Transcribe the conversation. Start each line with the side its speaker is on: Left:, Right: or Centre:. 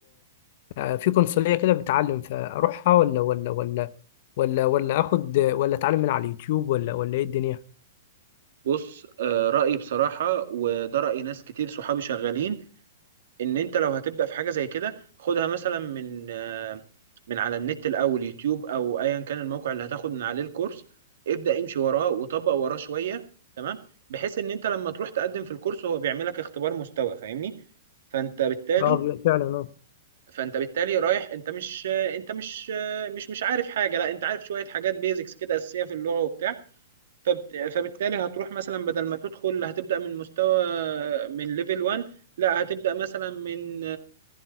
Left: آه، في قنصلية كده بتعلم فأروحها ولا ولا ولا ولا ولا آخد ولا أتعلم من على اليوتيوب ولا ولا إيه الدنيا؟
Right: بص آه رأيي بصراحة وده رأي ناس كتير صحابي شغالين ان انت لو هتبدا في حاجه زي كده خدها مثلا من آه، من على النت الاول يوتيوب او ايا كان الموقع اللي هتاخد من عليه الكورس ابدا امشي وراه وطبق وراه شويه تمام بحيث ان انت لما تروح تقدم في الكورس هو بيعملك اختبار مستوى فاهمني فانت بالتالي
Left: أه فعلا أه
Right: فانت بالتالي رايح انت مش انت مش مش مش عارف حاجه لا انت عارف شويه حاجات بيزكس كده اساسيه في اللغه وبتاع فبت- فبالتالي هتروح مثلا بدل ما تدخل هتبدأ من مستوى من ليفل 1 لا هتبدأ مثلا من